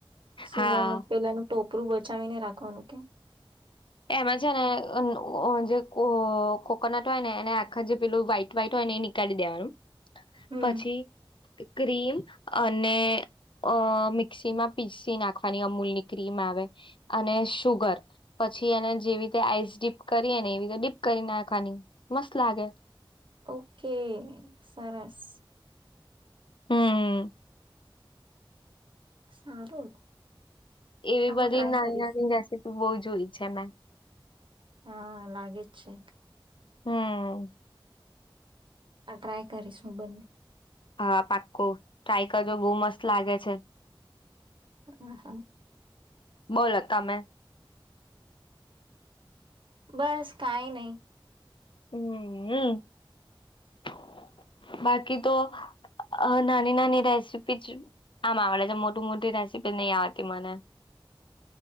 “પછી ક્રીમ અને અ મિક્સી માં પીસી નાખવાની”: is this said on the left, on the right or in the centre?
Left